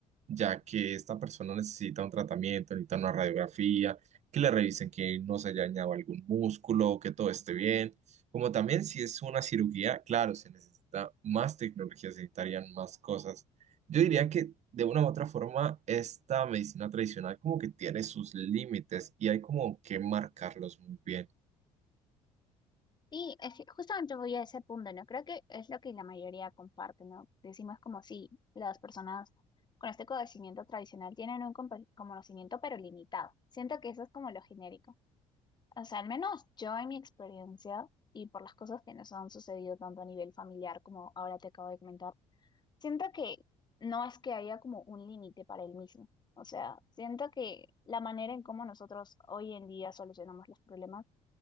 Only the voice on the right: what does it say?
ya que esta persona necesita un tratamiento, necesita una radiografía, que le revisen que no se haya dañado algún músculo, que todo esté bien. Como también si es una cirugía, claro, se necesita más tecnología, se necesitarían más cosas. Yo diría que de una u otra forma, esta medicina tradicional como que tiene sus límites y hay como que marcarlos muy bien.